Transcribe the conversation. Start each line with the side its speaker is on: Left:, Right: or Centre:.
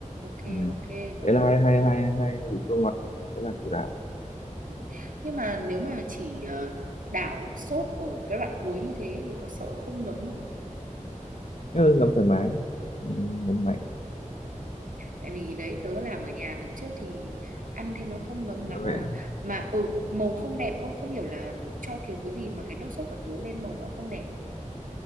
Right: ok
Left: ừ.
Right: ok tớ
Left: đấy
Right: hiểu
Left: là hai hai hai hai vị chua ngọt đó là chủ đạo
Right: ừ. nhưng mà nếu mà chỉ ờ, đảo sốt ở cái đoạn cuối như thế thì có sợ không ngấm không
Left: ừ, ngấm thoải mái ừ, ngấm mạnh
Right: tại vì đấy tớ làm ở nhà lần trước thì ăn thì nó không ngấm lắm
Left: bạn vậy
Right: mà mà ừ màu không đẹp cô không hiểu là cho thiếu cái gì mà cái nước sốt của tớ lên màu nó không đẹp